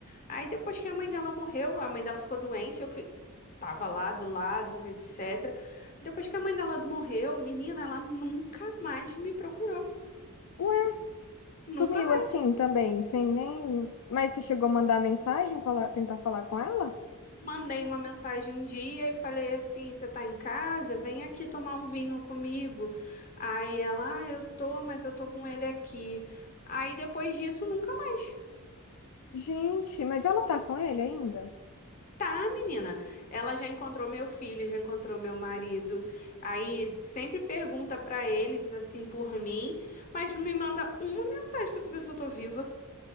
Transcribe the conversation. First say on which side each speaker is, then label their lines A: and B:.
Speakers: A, on the left; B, on the left.
A: Aí depois que a mãe dela morreu, a mãe dela ficou doente, eu fui, tava lá do lado, etc. Depois que a mãe dela morreu, menina, ela nunca mais me procurou.
B: Ué,
A: Nunca
B: sumiu
A: mais.
B: assim também, sem nem. Mas você chegou a mandar mensagem, falar, tentar falar com ela?
A: Mandei uma mensagem um dia e falei assim: você tá em casa? Vem aqui tomar um vinho comigo. Aí ela, ah, eu tô, mas eu tô com ele aqui. Aí depois disso, nunca mais.
B: Gente, mas ela tá com ele ainda?
A: Tá, menina. Ela já encontrou meu filho, já encontrou meu marido. Aí sempre pergunta pra eles assim por mim, mas não me manda uma mensagem pra saber se eu tô viva.